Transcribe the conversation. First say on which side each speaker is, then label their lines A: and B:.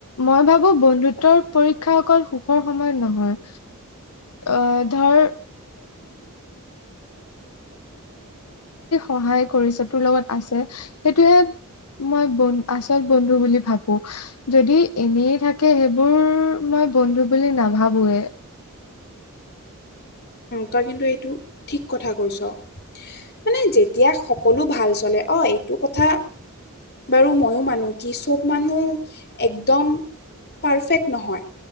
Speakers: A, on the left; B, on the left.
A: মই ভাবো বন্ধুত্বৰ পৰীক্ষা অকল সুখৰ সময়ত নহয়। অ ধৰ সহায় কৰিছে তোৰ লগত আছে সেইটোয়ে। মই বন আচল বন্ধু বুলি ভাবো যদি এনেই থাকে সেইবোৰ মই মই বন্ধু বুলি নাভাবোৱে।
B: তই কিন্তু এইটো ঠিক কথা কৈছ। মানে যেতিয়া সকলো ভাল চলে অ এইটো কথা। বাৰু ময়ো মানো কি চব মানুহ একদম পাৰফেক্ট নহয়,